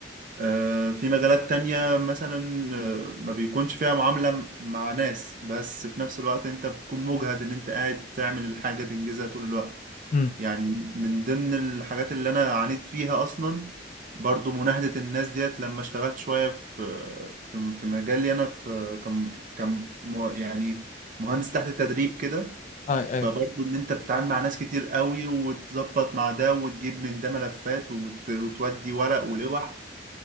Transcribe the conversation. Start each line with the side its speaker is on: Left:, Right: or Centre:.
Right: آه، في مجالات تانية مثلا آه، ما بيكونش فيها معاملة مع ناس بس في نفس الوقت انت بتكون مجهد ان انت قاعد تعمل الحاجة تنجزها طول الوقت
Left: مم.
Right: يعني من ضمن الحاجات اللي انا عانيت فيها اصلا برضو مناهدة الناس ديت لما اشتغلت شوية في في في مجالي انا في كم كم مه- يعني مهندس تحت التدريب كده
Left: اي اي
Right: فبرضو ان انت بتتعامل مع ناس كتير قوي وتظبط مع ده وتجيب من ده ملفات وت- وتودي ورق ولوح